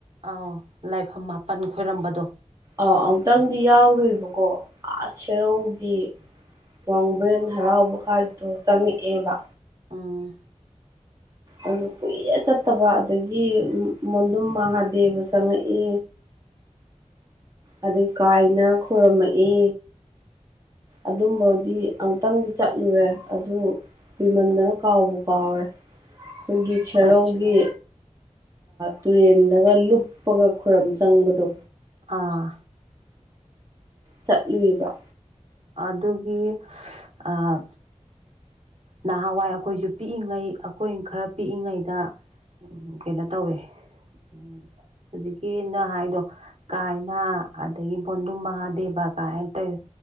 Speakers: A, on the right (about 55°); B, on the right (about 30°).
A: ꯑꯥꯎ ꯂꯥꯏꯐꯝ ꯃꯥꯄꯟ ꯈꯣꯏꯔꯝꯕꯗꯣ
B: ꯑꯥ ꯑꯃꯨꯛꯇꯪꯗꯤ ꯌꯥꯎꯔꯨꯏꯕꯀꯣ ꯑꯥ ꯁꯦꯔꯧꯒꯤ ꯋꯥꯡꯕ꯭ꯔꯦꯟ ꯍꯔꯥꯎꯕ ꯈꯥꯏꯗꯣ ꯆꯪꯉꯛꯑꯦꯕ
A: ꯑꯥ
B: ꯑꯗꯨ ꯀꯨꯏꯔꯦ ꯆꯠꯇꯕ ꯑꯗꯒꯤ ꯃꯣꯟꯗꯨꯝ ꯃꯍꯥꯗꯦꯕ ꯆꯪꯉꯛꯏ ꯑꯗꯩ ꯀꯥꯏꯅ ꯈꯣꯏꯔꯨꯝꯃꯛꯏ ꯑꯗꯨꯝꯕꯗꯤ ꯑꯃꯨꯛꯇꯪꯗꯤ ꯆꯠꯂꯨꯔꯦ ꯑꯗꯨ ꯀ꯭ꯋꯤꯃꯟꯗꯅ ꯀꯥꯎꯕꯨ ꯀꯥꯎꯔꯦ ꯑꯩꯈꯣꯏꯒꯤ ꯁꯦꯔꯧꯒꯤ
A: ꯑꯥ
B: ꯇꯨꯔꯦꯟꯗꯒ ꯂꯨꯞꯄꯒ ꯈꯣꯔꯝ ꯆꯪꯕꯗꯣ
A: ꯑꯥ
B: ꯆꯠꯂꯨꯏꯕ
A: ꯑꯗꯨꯒꯤ ꯑꯥ ꯅꯍꯥꯟꯋꯥꯏ ꯑꯩꯈꯣꯏꯖꯨ ꯄꯤꯛꯏꯉꯩ ꯑꯩꯈꯣꯏ ꯈꯔ ꯄꯤꯛꯏꯉꯩꯗ ꯎꯝ ꯀꯩꯅꯣ ꯇꯧꯋꯦ ꯎꯝ ꯍꯧꯖꯤꯛꯀꯤ ꯅꯪ ꯍꯥꯏꯗꯣ ꯀꯥꯏꯅ ꯑꯗꯒꯤ ꯕꯣꯟꯗꯨꯝ ꯃꯍꯥꯗꯦꯕ ꯀꯥꯏꯅ ꯇꯩ